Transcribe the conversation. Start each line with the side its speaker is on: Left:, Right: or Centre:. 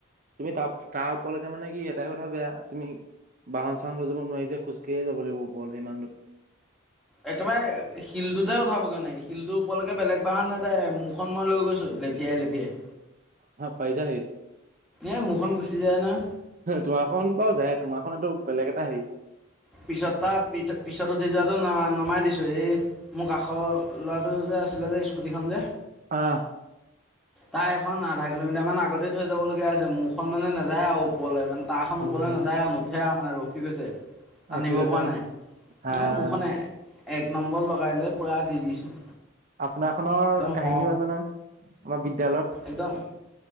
Right: তুমি তাৰ তাৰ ওপৰলৈকে মানে কি এটাই কথা বেয়া তুমি বাহন চাহন লৈ যাব নোৱাৰি যে খোজঢ় যাবাগিব ওপৰ ইমান দ
Centre: একেবাৰে শিলটোতে উঠাবগে নাই শিলটোৰ ওপৰলৈকে বেলেগ বাহ নাযায় ম এখন মই লৈ গৈছোঁ লেফিয়াই লেফিয়াই
Right: হা পইচা ন
Centre: এই মোৰখন গুচি যায় নহয়
Right: তোমাৰখন বাৰু যায় তোমাৰখন এইটো বেলেগ এটা হেৰি
Centre: পিছত তাৰ পি পিছত উঠি যোৱাাতটো ন নমাই দিছো এই মোক কাষৰ ল'ৰাটো যে আছিলে যে স্কুটিখন যে
Right: আহ
Centre: তাৰ এখন আধা কিলোমিটাৰ মান আগতে থৈ যাবলগীয়া হৈছে। মোৰখন মানে নাযায় আৰু ওপৰলৈ মানে তাহ খন
Right: উম
Centre: ওপৰলৈ নাযায় আৰু নুঠে আৰু মানে ৰখি গৈছে। টানিব
Right: অ কি কৈছে
Centre: পৰা
Right: নি
Centre: নাই
Right: আহ
Centre: এই মুোৰখন এক নম্বৰ লগাই লৈ পূৰা দি দিছোঁ
Right: আপোনাৰ খনৰ
Centre: একদম
Right: কাহিনীও
Centre: হ
Right: আছে নহয় আমাৰ বিদ্যয়ালয়ত।
Centre: একদম